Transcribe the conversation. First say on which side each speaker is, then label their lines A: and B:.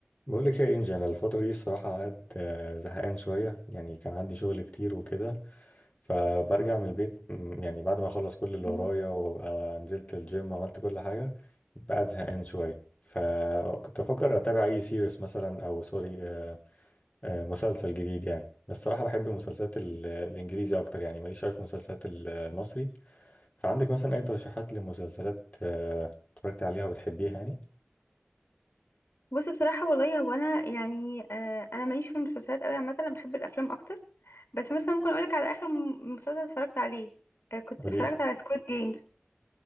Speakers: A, on the left; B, on the left.
A: بقول لك يا انجي انا الفتره دي الصراحه قاعد آه، زهقان شويه يعني كان عندي شغل كتير وكده فبرجع من البيت م، يعني بعد ما اخلص كل اللي
B: مم.
A: ورايا وابقى نزلت الجيم وعملت كل حاجه بقعد زهقان شويه فكنت بفكر اتابع اي سيريس مثلا او سوري آه، آه، مسلسل جديد يعني بس الصراحه بحب المسلسلات ال- الانجليزي اكتر يعني ماليش شايف مسلسلات ال- المصري فعندك مثلا اي ترشيحات لمسلسلات آه، اتفرجت عليها وبتحبيها يعني
B: بص بصراحة والله هو أنا يعني آه أنا ماليش في المسلسلات أوي عامة أنا بحب الأفلام أكتر بس مثلا ممكن أقولك على آخر م- مسلسل اتفرجت عليه آه كنت
A: قولي
B: اتفرجت على سكويد جيمز